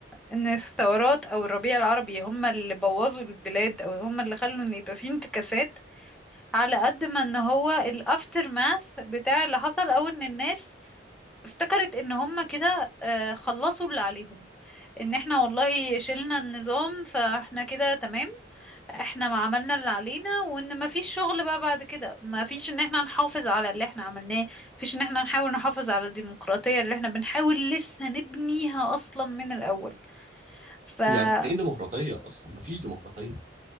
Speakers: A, in the centre; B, on the right.
A: إن الثورات أو الربيع العربي هم اللي بوظوا البلاد أو هم اللي خلوا إن يبقى فيه انتكاسات على قد ما إن هو الأفتر ماث بتاع اللي حصل أو إن الناس افتكرت ان هم كده آه، خلصوا اللي عليهم ان احنا والله شلنا النظام فاحنا كده تمام احنا ما عملنا اللي علينا وان ما فيش شغل بقى بعد كده ما فيش ان احنا نحافظ على اللي احنا عملناه فيش ان احنا نحاول نحافظ على الديمقراطية اللي احنا بنحاول لسه نبنيها اصلا من الاول فازاي
B: يعني إيه ديمقراطية أصلا؟ مفيش ديمقراطية